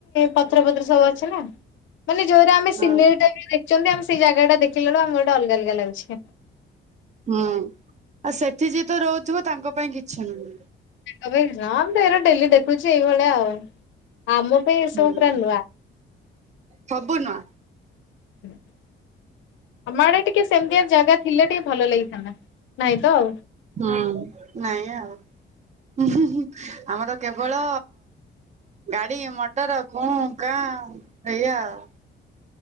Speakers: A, on the left (about 75°); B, on the right (about 35°).
A: ପଥର ଫଥର ସବୁ ଅଛି ନା? ମାନେ ଯଉରା ଆମ ସିନେର
B: ହଁ
A: ଟା ବି ଦେଖୁଚନ୍ତି ଆମେ ସେଇ ଜାଗା ଟା ଦେଖିଲାଳୁ ଆମୁ ଗଟେ ଅଲଗା ଅଲଗା ଲାଗୁଛି।
B: ହୁଁ ଆଉ ସେଠି ଯିଏ ତ ରହୁଥିବ ତାଙ୍କ ପାଇଁ କିଛି ନୁହଁ।
A: ତାଙ୍କ ପାଇଁ ନାଁ ମୁଁ ତ ଏରା ଡେଲି ଦେଖୁଛି ଏଇଭଳିଆ ଆଉ ଆମ ପାଇଁ ଏ
B: ହୁଁ
A: ସବୁ ପୁରା ନୂଆ।
B: ସବୁ ନୂଆ
A: <inaudible> ଆମଡେ ଟିକେ ସେମିତିଆ ଜାଗା ଥିଲେ ଟିକେ ଭଲ ଲାଗିଥାନ୍ତା। ନାଇଁ ତ ଆଉ।
B: ହୁଁ ନାଇଁ ଆଉ <inaudible> ଆମର କେବଳ ଗାଡି ମଟର କୁଁ କାଂ ଏଇଆା ଆଉ।